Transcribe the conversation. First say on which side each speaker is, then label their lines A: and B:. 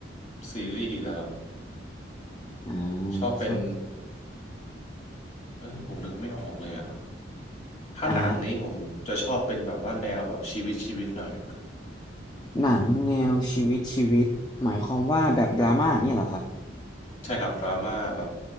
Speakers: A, on the left; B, on the left.
A: ซีรีส์เหรอครับ
B: อ่า
A: ชอบเป็น
B: ชอบ
A: เอ้ยผมนึกไม่ออกเลยอะถ้าหนังนี้ผมจะชอบเป็นแบบว่าแนวแบบชีวิตชีวิตหน่อย
B: อ่าหนังแนวชีวิตชีวิตหมายความว่าแบบดราม่าอย่างเนี่ยเหรอครับ
A: ใช่ครับดราม่าแบบ